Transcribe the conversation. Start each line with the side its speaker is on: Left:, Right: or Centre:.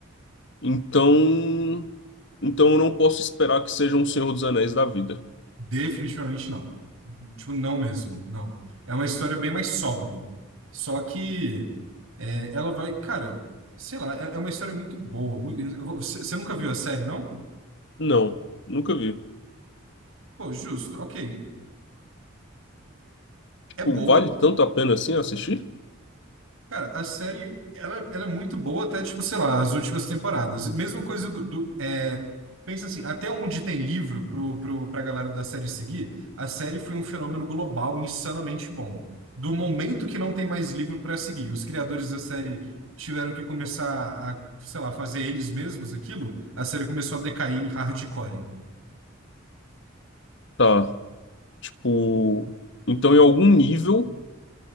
Left: Então. Então eu não posso esperar que seja um Senhor dos Anéis da vida.
Right: Definitivamente não. Tipo, não mesmo, não. É uma história bem mais sóbria. Só que é, ela vai, cara, sei lá, é, é uma história muito boa. muito- você você nunca viu a série, não?
Left: Não, nunca vi.
Right: Pô, justo, ok.
Left: Tipo,
Right: É, é boa,
Left: vale tanto a pena assim assistir?
Right: Cara, a série, ela, ela é muito boa até, tipo, sei lá, as últimas temporadas. Mesma coisa do... do- é, pensa assim, até onde tem livro pro, pro, pra galera da série seguir, a série foi um fenômeno global insanamente bom. Do momento que não tem mais livro pra seguir, os criadores da série tiveram que começar a, sei lá, fazer eles mesmos aquilo, a série começou a decair hardcore.
Left: Tá. Tipo. Então, em algum nível,